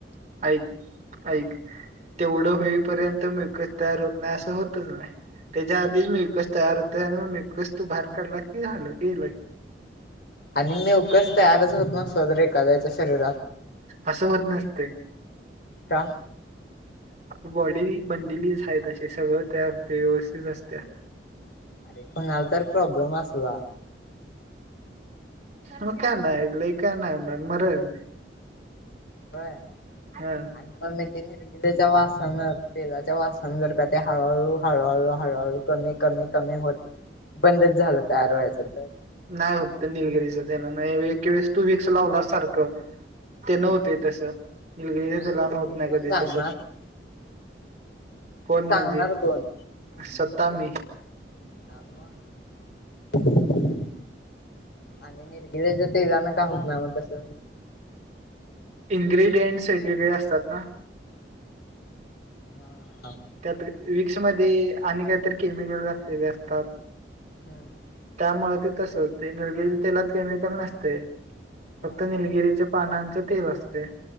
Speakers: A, on the right (about 40°); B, on the left (about 65°).
A: ऐक ऐक तेवढं होईपर्यंत मिवंकस तयार होत नाय असं होतच नाय. त्याच्या आधीच
B: हा,
A: मिवकस तयार होतय आणि मग मिवकस तू बाहेर काढला की झालं गेलंय.
B: आणि मिवकस तयारच होत नसला तर एक करायचा शरीरात
A: असं होत नसतंय
B: का?
A: आपली बॉडी बनलेलीच हाय तशी सगळं तयार होते व्यवस्थित असतेया.
B: अरे कुणाला तर प्रॉब्लेम असला
A: म काय नाय लय काय नाय होणार मरल.
B: व्हय
A: हा
B: आणि पण मि ते निलगिरी वासना तेला च्या वास अनं जर का ते हळू हळू हळू हळू हळू कमी कमी कमी होत बंदच झालं तयार व्हायचं तर
A: नाही होत निलगिरीच त्यांना नाही. एक वेळेस तू विक्स लावला सारखं त्यानं
B: हा
A: होतंय तसं निलगिरी
B: हा
A: तेलान
B: पण
A: होत
B: ते
A: नाय
B: कोण
A: कधी
B: सांगणार
A: तस कोणं
B: ते सांगणार
A: म्हणजे
B: कोण
A: स्वतः मी
B: हा म आणि निर्गिलेच तेेलान काय होत नाय म कसं
A: इनग्रेडियंट्स वेगवेगळे असतात ना
B: हा
A: त्यात विक्समध्येध्ये आणि काहीतरी केमिकल घातलेले असतात.
B: हम्म
A: त्यामुळे ते त असं होते निलगिरीच्या तेलात केमिकल नसते फक्त
B: होय
A: निलगिरीचे पानांच तेप असते